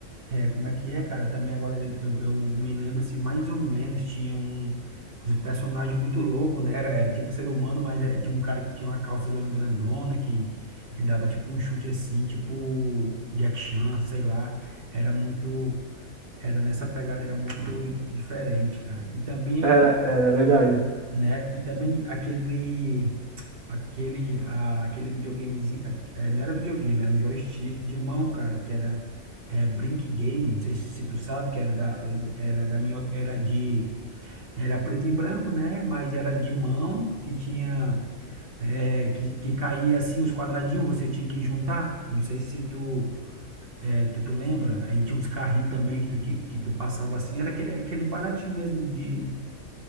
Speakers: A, on the right; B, on the right.
A: é, como é que é, cara? Também agora eu, eu me lembro se mais ou menos tinha um, um personagem muito louco, né? Era, era tipo ser humano, mas é, tinha um cara que tinha uma calça zona grandona que ele dava tipo um chute assim, tipo Jack Chan, sei lá. Era muito. Era nessa pegada, era muito diferente, cara. E também
B: Era, era é verdade.
A: né? E também aquele aquele ah, aquele videogamezinho, ah, eh, não era videogame, era um joystick de mão, cara, que era é, Brink Game, não sei se, se tu sabe, que era da era da minha era de era preto e branco, né? Mas era de mão que tinha eh, que, que caía assim os quadradinhos, você tinha que juntar. Não sei se tu eh, tu, tu lembra. Aí tinha uns carrinhos também que tu, tinha- que tu passava assim, era aquele, aquele baratinho mesmo de